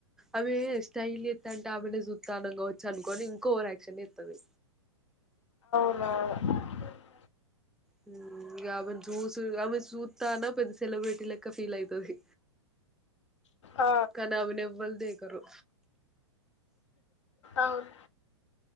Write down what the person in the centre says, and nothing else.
ఆమె స్టైల్ చేతాంటే ఆమెనే సుత్తానం గావచ్చ అనుకని ఇంకో ఓవర్ యాక్షన్ చేతది
హ్మ్ ఆమెన్ జూస్ ఆమె చూతాన్న సెలబ్రిటీ లెక్క ఫీల్ అయితది
కానీ ఆమెని ఎవల్ దేక్ కరు